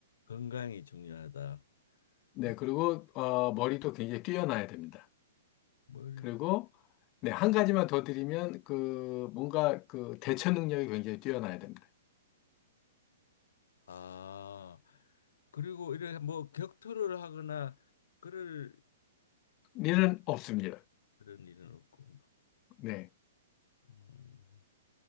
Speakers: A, on the left; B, on the left.
A: 건강이 중요하다.
B: 네,
A: 예.
B: 그리고 어, 머리도 굉장히 뛰어나야 됩니다.
A: 머리.
B: 그리고 네, 한 가지만 더 드리면 그 뭔가 그 대처 능력이 굉장히 뛰어나야 됩니다.
A: 아, 그리고 이래 뭐 격투를 하거나 그럴
B: 일은 없습니다.
A: 그런 일은 없고.
B: 네.
A: 음,